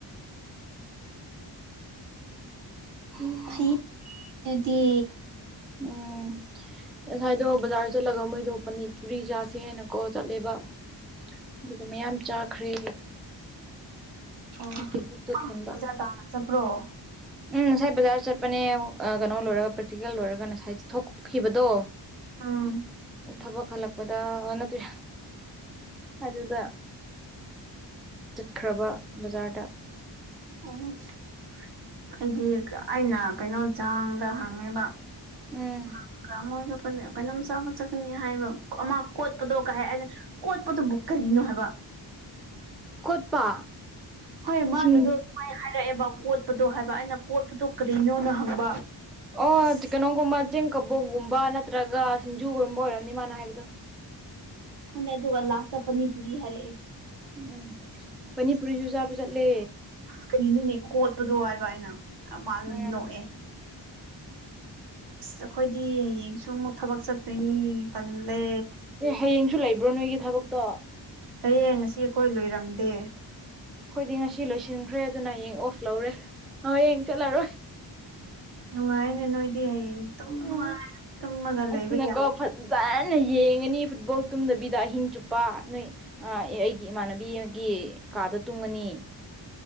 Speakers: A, in the centre; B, on the right.
A: ꯍꯨꯝ
B: ꯐꯩ ꯑꯗꯨꯗꯤ
A: ꯎꯝ ꯉꯁꯥꯏꯗꯣ ꯕꯖꯥꯔ ꯆꯠꯂꯒ ꯃꯣꯏꯗꯣ ꯄꯅꯤꯄꯨꯔꯤ ꯆꯥꯁꯦ ꯍꯥꯏꯅ ꯀꯣ ꯆꯠꯂꯦꯕ ꯑꯗꯨꯒ ꯃꯌꯥꯝ ꯆꯥꯈ꯭ꯔꯦ
B: ꯑꯣ
A: ꯑꯗꯨꯒꯤ ꯄꯨꯛꯇꯣ ꯊꯟꯕ
B: ꯕꯖꯥꯔ ꯆꯠꯄ꯭ꯔꯣ
A: ꯎꯝ ꯅꯁꯥꯏ ꯕꯖꯥꯔ ꯆꯠꯄꯅꯦ ꯑꯥ ꯀꯩꯅꯣ ꯂꯣꯏꯔꯒ ꯄ꯭ꯔꯦꯛꯇꯤꯀꯦꯜ ꯂꯣꯏꯔꯒ ꯅꯁꯥꯏ ꯊꯣꯛ ꯈꯤꯕꯗꯣ
B: ꯎꯝ
A: ꯊꯕꯛ ꯍꯜꯂꯛꯄꯗ ꯑ ꯅꯠꯇꯦ ꯑꯗꯨꯗ ꯆꯠꯈ꯭ꯔꯕ ꯕꯖꯥꯔꯗ
B: <unintelligible> ꯑꯩꯗꯤ ꯑꯩꯅ ꯀꯩꯅꯣ ꯆꯥꯡꯗ ꯍꯪꯉꯦꯕ
A: ꯎꯝ
B: ꯍꯪꯉꯒ ꯃꯣꯏꯗꯨ ꯄꯅꯦ ꯀꯩꯅꯣꯝ ꯆꯥꯕ ꯆꯠꯀꯅꯤ ꯍꯥꯏꯕ ꯑꯃ ꯀꯣꯠꯄꯗꯣ ꯀꯩ ꯍꯥꯏ ꯍꯥꯏꯅꯤ ꯀꯣꯠꯄꯗꯨꯕꯨ ꯀꯔꯤꯅꯣ ꯍꯥꯏꯕ
A: ꯀꯣꯠꯄ
B: ꯍꯣꯏ ꯃꯥꯅꯗꯣ
A: ꯁꯤꯡ
B: ꯀꯥꯏ ꯍꯥꯏꯔꯛꯑꯦꯕ ꯀꯣꯠꯄꯗꯣ ꯍꯥꯏꯕ ꯑꯩꯅ ꯀꯣꯠꯄꯗꯣ ꯀꯔꯤꯅꯣꯅ ꯍꯪꯕ
A: ꯑꯣ
B: ꯑꯁ
A: ꯆꯤ ꯀꯩꯅꯣꯒꯨꯝꯕ ꯆꯦꯡ ꯀꯕꯣꯛꯒꯨꯝꯕ ꯅꯠꯇ꯭ꯔꯒ ꯁꯤꯡꯖꯨꯒꯨꯝꯕ ꯑꯣꯏꯔꯝꯅꯤ ꯃꯥꯅ ꯍꯥꯏꯕꯗꯣ
B: ꯈꯟꯗꯦ ꯑꯗꯨꯒ ꯂꯥꯁꯇ ꯄꯥꯅꯤꯄꯨꯔꯤ ꯍꯥꯏꯔꯛꯑꯦ
A: ꯎꯝ ꯄꯥꯅꯤꯄꯨꯔꯤꯁꯨ ꯆꯥꯕ ꯆꯠꯂꯦ
B: ꯀꯔꯤꯅꯣꯅꯦ ꯀꯣꯠꯄꯗꯣ ꯍꯥꯏꯕ ꯍꯥꯏꯅ ꯃꯥꯁꯨ
A: ꯎꯝ
B: ꯅꯣꯛꯑꯦ ꯑꯁ ꯑꯈꯣꯏꯗꯤ ꯍꯌꯦꯡꯁꯨ ꯑꯃꯨꯛ ꯊꯕꯛ ꯆꯠꯇꯣꯏꯅꯤ ꯇꯜꯂꯦ
A: ꯑꯦ ꯍꯌꯦꯡꯁꯨ ꯂꯩꯕ꯭ꯔꯣ ꯅꯣꯏꯒꯤ ꯊꯕꯛꯇꯣ
B: ꯇꯌꯦꯡ ꯉꯁꯤ ꯑꯩꯈꯣꯏ ꯂꯣꯏꯔꯝꯗꯦ
A: ꯑꯈꯣꯏꯗꯤ ꯉꯁꯤ ꯂꯣꯏꯁꯤꯟꯈ꯭ꯔꯦ ꯑꯗꯨꯅ ꯍꯌꯦꯡ ꯑꯣꯐ ꯂꯧꯔꯦ ꯍꯌꯦꯡ ꯆꯠꯂꯔꯣꯏ
B: ꯅꯨꯡꯉꯥꯏꯅꯦ ꯅꯣꯏꯗꯤ ꯍꯌꯦꯡ ꯇꯨꯝ ꯅꯨꯡꯉꯥꯏꯅ
A: ꯎꯝ
B: ꯇꯨꯝꯃꯒ ꯂꯩꯕ
A: ꯑꯗꯨꯅꯀꯣ
B: ꯌꯥꯏ
A: ꯐꯠ ꯖꯅ ꯌꯦꯡꯉꯅꯤ ꯐꯨꯠꯕꯣꯜ ꯇꯨꯝꯗꯕꯤꯗ ꯑꯍꯤꯡ ꯆꯨꯞꯄ ꯅꯣꯏ ꯑ ꯑꯦ ꯑꯩꯒꯤ ꯏꯃꯥꯟꯅꯕꯤ ꯑꯃꯒꯤ ꯀꯥꯗ ꯇꯨꯝꯒꯅꯤ